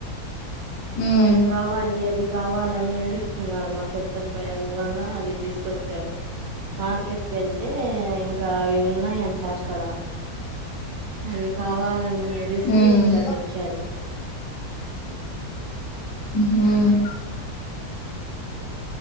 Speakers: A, on the left; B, on the right.
A: ఉమ్
B: అది కావాలి. అది కావాలని నేడు వస్తున్నాడు. మా పెద్ద అబ్బాయి అందువలన అది తీసుకొచ్చారు. మార్కెట్ కే అయితే ఇంకా అవి ఉన్నాయింటే ఎక్కడ అవి కావాలని ఏడిస్తే
A: ఉమ్
B: ఇంకా తెచ్చారు
A: హ్మ్